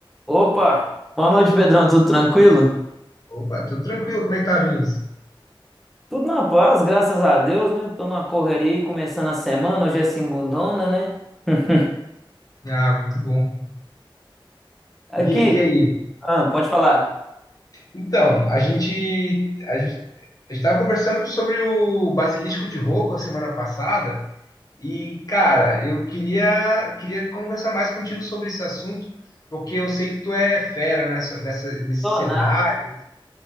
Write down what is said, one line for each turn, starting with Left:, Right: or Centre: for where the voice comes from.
Centre: Opa, boa noite, Pedrão. Tudo tranquilo?
Left: Opa, tudo tranquilo? Como é que tá, Vinícius?
Centre: Tudo na paz, graças a Deus, né? Tô numa correria aí, começando a semana. Hoje é segundona, né? <laughs>
Left: Ah, muito bom.
Centre: Aqui,
Left: E, e aí?
Centre: ah, pode falar.
Left: Então, a gente a gente estava conversando sobre o Basilisco de Rocco a semana passada e, cara, eu queria queria conversar mais contigo sobre esse assunto, porque eu sei que tu é fera nessa, nessa- nesse
Centre: Sou
Left: cenário.
Centre: nada,